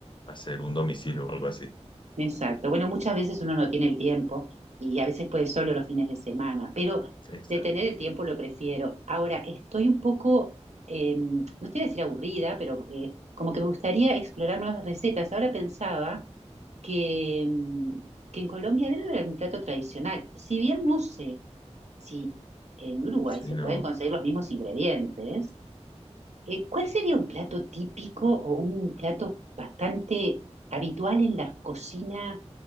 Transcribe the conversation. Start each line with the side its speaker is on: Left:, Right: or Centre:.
Left: hacer un domicilio o algo así.
Right: Exacto. Bueno, muchas veces uno no tiene el tiempo y a veces puede solo los fines de semana, pero
Left: Exacto.
Right: de tener el tiempo lo prefiero. Ahora, estoy un poco, eh, no te voy a decir aburrida, pero eh, como que me gustaría explorar nuevas recetas. Ahora pensaba que, mm, que en Colombia debe haber un plato tradicional. Si bien no sé si en Uruguay
Left: Sí,
Right: se
Left: no.
Right: pueden conseguir los mismos ingredientes, eh, ¿cuál sería un plato típico o un plato bastante habitual en la cocina?